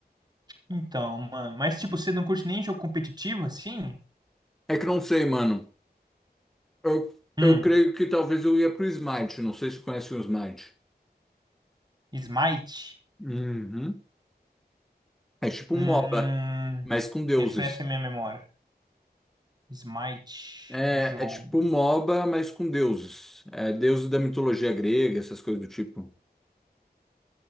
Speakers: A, on the right; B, in the centre.
A: Então, mano. Mas, tipo, você não curte nem jogo competitivo, assim?
B: É que não sei, mano. Eu,
A: Hum.
B: eu creio que talvez eu ia pro Smite, não sei se conhece o Smite.
A: Smite.
B: Uhum. É tipo
A: Hum,
B: um MOBA, mas com deuses.
A: refresca minha memória. Smite,
B: É,
A: jogo.
B: é tipo um MOBA, mas com deuses. É deuses da mitologia grega, essas coisas do tipo.